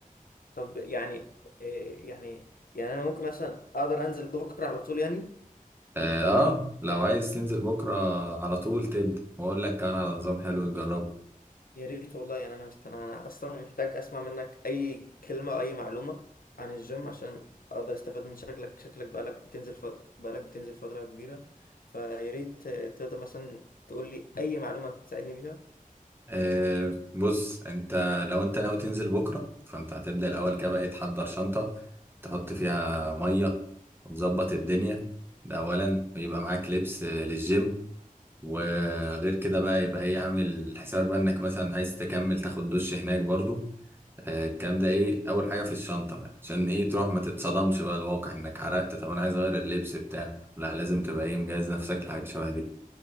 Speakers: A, on the left; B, on the right.
A: طب يعني آه، يعني يعني انا ممكن مثلا اقدر انزل بكره على طول يعني
B: اه آه،
A: يعني
B: لو عايز تنزل بكرة على طول تبدأ واقول لك كمان على نظام حلو تجربه
A: يا ريت والله يعني انا مست... انا اصلا محتاج اسمع منك اي كلمه او اي معلومه عن الجيم عشان اقدر استفاد من شكلك شكلك بقالك بتنزل ف... بقالك بتنزل فتره كبيره فيا ريت آه، تقدر مثلا تقول لي اي معلومه تساعدني بيها
B: آه بص انت لو انت ناوي تنزل بكرة فانت هتبدأ الأول كده بقى إيه، تحضر شنطة تحط فيها مية وتظبط الدنيا ده أولا ويبقى معاك لبس آه، للجيم وغير كده بقى يبقى ايه عامل حسابك بقى انك مثلا عايز تكمل تاخد دش هناك برضو آه، الكلام ده ايه اول حاجه في الشنطه بقى عشان ايه تروح ما تتصدمش بقى الواقع انك عرقت طب انا عايز اغير اللبس بتاعك لا لازم تبقى ايه مجهز نفسك لحاجه شبه دي